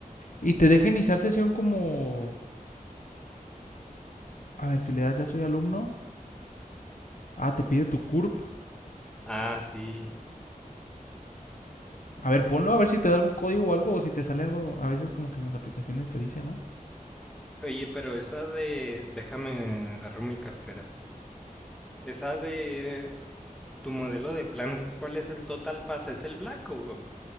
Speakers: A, on the left; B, in the centre.
A: Y te deja iniciar sesión como... A ver, si le das ya soy alumno. Ah, te pide tu CURP.
B: Ah, sí.
A: A ver, ponlo a ver si te da algún código o algo, o si te sale algo. A veces como que en las aplicaciones te dice, ¿no?
B: Oye, pero esa de... Déjame agarro mi cartera. Esa de... Tu modelo de plan, ¿cuál es el Total Pass? ¿Es el Black o...?